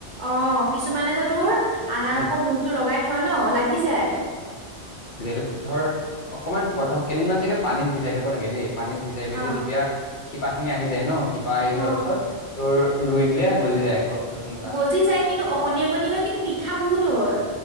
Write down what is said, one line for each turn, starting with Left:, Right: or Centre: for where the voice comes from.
Right: অ কিছুমানে যে তোৰ আনাৰস
Left: উম
Right: মূৰটো লগাই থয় ন লাগি যায়।
Left: যিহেতু ধৰ অকনমান প্ৰথম কেইদিনমান চাগে পানীত ভিজাই থব লাগে দেই। পানীত ভিজাই ভিজাই
Right: অ
Left: যেতিয়া শিপা খিনি আহি যায় ন শিপা আহি যোৱাৰ
Right: অ
Left: পিছত-। তোৰ ৰুই দিলে গজি যায় আকৌ। নতুন এটা
Right: গজি যায় কিন্তু অকণি অকণনি হয় কিন্তু মিঠা বহুত হয়।